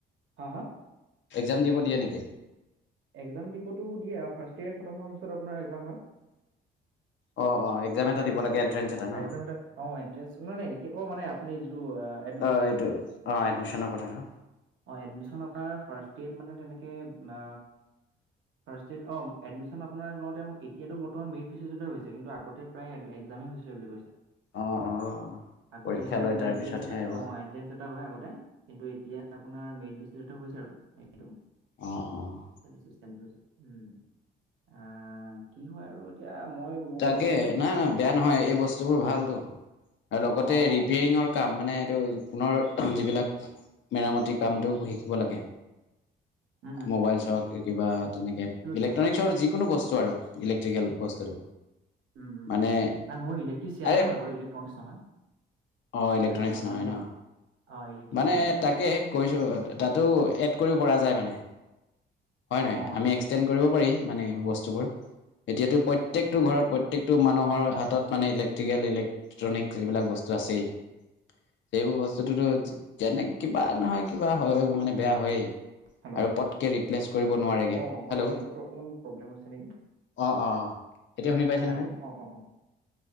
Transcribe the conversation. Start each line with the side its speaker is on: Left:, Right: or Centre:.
Right: হা-হা।
Left: এক্জাম দিব দিয়ে নেকি।
Right: এক্জাম দিবতো দিয়ে, ফাৰ্ষ্ট ইয়েৰ খতম হোৱাৰ পিছত আপোনাৰ এক্জাম হয়।
Left: অ', অ', এক্সাম
Right: তেনেকে
Left: এটা দিব
Right: হয়,
Left: লাগে এণ্ট্ৰেঞ্চ এটা
Right: <unintelligible>
Left: ন?
Right: অ' এণ্ট্ৰেন্স নহয় নহয় মানে এনেকে আপুনি যিটো আ
Left: অ' এইটো অ' এডমিছনৰ কথাটো।
Right: অ' এডমিশ্যন আপোনাৰ ফাৰ্ষ্ট ইয়েৰত মানে তেনেকে না ফাৰ্ষ্ট ইয়েৰত অ' এডমিচন আপোনাৰ লওঁতে এতিয়াটো বৰ্তমান মেৰিট বেচিছতে হৈছে, কিন্তু আগতে প্ৰায় এক্জামেই হৈছিলে বুলি কৈছে
Left: অ', অ'।
Right: আগতে
Left: পৰীক্ষা
Right: মানে
Left: লৈ
Right: আপোনাৰ
Left: তাৰপিছতহে
Right: এনট্ৰে এটা
Left: আহিব।
Right: অ এনট্ৰে এটা হয় আগতে কিন্তু এতিয়া আপোনাৰ মেৰিট বেচিছতে হৈছে আৰু সেটো
Left: অ', অ'।
Right: সেইটোিষ্টেমটো হৈছে উম আহ কি হয় আৰু এতিয়া মই মোৰ
Left: তাকে
Right: পালোতিয়া ন
Left: নাই নহয় বেয়া নহয় এই বস্তুবোৰ ভালতটো আৰু লগতে
Right: অঁ অঁ
Left: ৰিপেয়ৰিঙৰ কাম মানে এইটো আপোননৰ যিবিলাক মেৰামতিৰ কামটো শিকিব লাগে
Right: হয়
Left: মোবাইলছ হওক কিবা তেনেকে ইলেক্ট্ৰনিকছৰ
Right: চেমি
Left: যিকোনো বস্তু আৰু ইলেক্ট্ৰিকেল বস্তুটো
Right: উম উম
Left: মানে
Right: উ নাই মোৰ ইলেক্ট্ৰিচিয়ানে
Left: আৰে
Right: হয় বাৰু ইলেক্ট্ৰনিকছ নহয়
Left: অ ইলেক্ট্ৰনিক
Right: এ, মই
Left: নহয়
Right: মানে
Left: ন
Right: অঁ ইলেক্ট্ৰিচিয়ান
Left: মানে
Right: হয়
Left: তাকে
Right: অঁ
Left: াতো এড কৰিব পৰা য মানে হয় নয়
Right: অঁ সেইটোৱে
Left: আমি এক্সটেড
Right: সেইটোৱে
Left: কৰিব পাৰি মানে বস্তুবোৰ এতিয়াতো প্ৰত্যকটো
Right: সেইকাৰণে
Left: ঘৰত প্ৰত্যেকটো মানুহৰ হাতত মানে ইলেক্ট্ৰিকেল ইলেক্ট্ৰনিক এইবিলাক বস্তু আছেই সেইবোৰ বস্তুটোতো যেনে কিবা নহয় কিবা হয় মানে বেয়া হয়েই
Right: হেল্ল'
Left: আৰু পটকে ৰিপ্লেছ নে
Right: অঁ
Left: হেল্ল'
Right: অলপ নেটৱৰ্কটো অকণমান প্ৰব্লেম হৈছে নেকি
Left: অ অ এতিয়া শুনি পাইছে
Right: অঁ হেল্ল'
Left: নহয়
Right: অঁ অঁ অঁ